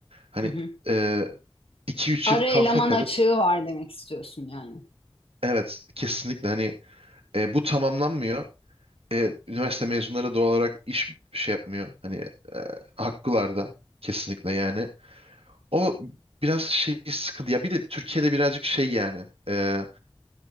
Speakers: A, on the right (about 80°); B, on the left (about 75°).
A: Hani
B: Hı hı.
A: e, 2-3
B: Ara
A: yıl kalfa
B: eleman
A: kalır.
B: açığı var demek istiyorsun yani.
A: Evet kesinlikle hani e, bu tamamlanmıyor. e, üniversite mezunları doğal olarak iş şey yapmıyor. Hani e, haklılar da kesinlikle yani. O biraz şey sıkıntı. Ya bir de Türkiye'de birazcık şey yani e,